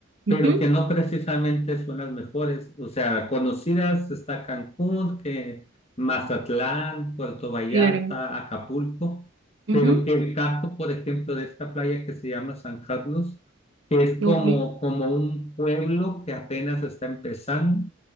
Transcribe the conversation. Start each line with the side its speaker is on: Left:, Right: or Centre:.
Left: pero
Right: Ujú,
Left: que no precisamente son las mejores. O sea, conocidas está Cancún, que Mazatlán, Puerto Vallarta,
Right: claro.
Left: Acapulco,
Right: Ujú,
Left: pero que el caso, por ejemplo, de esta playa que se llama San Carlos, que es como,
Right: ok.
Left: como un pueblo que apenas está empezando